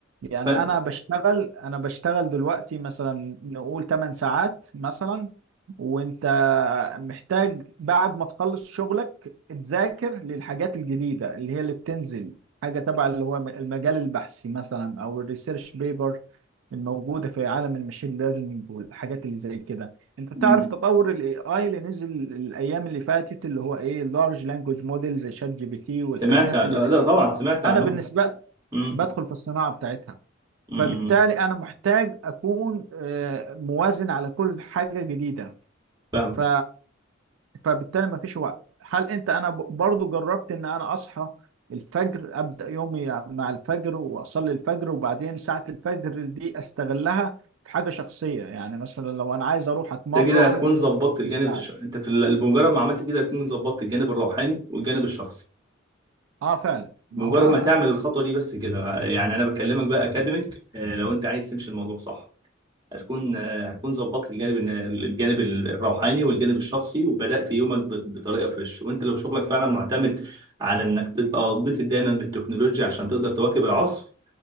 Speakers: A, on the right (about 75°); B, on the right (about 20°).
A: يعني
B: ف...
A: انا بشتغل انا بشتغل دلوقتي مثلا نقول 8 ساعات مثلا وانت محتاج بعد ما تخلص شغلك تذاكر للحاجات الجديدة اللي هي اللي بتنزل حاجة تبع اللي هو المجال البحثي مثلا او الريسيرش بيبر الموجودة في عالم المشين ليرنينج والحاجات اللي زي كده انت
B: مم.
A: تعرف تطور الاي اي اللي نزل الايام اللي فاتت اللي هو ايه لارج لانجوج موديل زي شات جي بي تي والحاجات
B: سمعت عن...
A: اللي
B: لا
A: زي
B: لا، طبعا سمعت عنهم
A: انا بالنسبة لي
B: امم
A: بدخل في الصناعة بتاعتها
B: امم
A: فبالتالي انا محتاج اكون آه، موازن على كل حاجه جديده
B: فاهمك
A: ف... فبالتالي ما فيش وقت هل انت انا ب- برضو جربت ان انا اصحى الفجر ابدا يومي مع الفجر واصلي الفجر وبعدين ساعه الفجر دي استغلها في حاجه شخصيه يعني مثلا لو انا عايز اروح اتمرن
B: ده كده هتكون ظبطت الجانب
A: في الساعه
B: الش...
A: دي.
B: انت في ال- بمجرد ما عملت كده هتكون ظبطت الجانب الروحاني والجانب الشخصي
A: اه فعلا ما
B: مجرد
A: هو
B: ما تعمل الخطوه دي بس كده يعني انا بكلمك بقى اكاديميك آه، لو انت عايز تمشي الموضوع صح هتكون آه، هتكون ظبطت الجانب الن- الجانب الروحاني والجانب الشخصي وبدات يومك بط- بطريقه فريش وانت لو شغلك فعلا معتمد على انك تبقى مبتكر دايما بالتكنولوجيا عشان تقدر تواكب العصر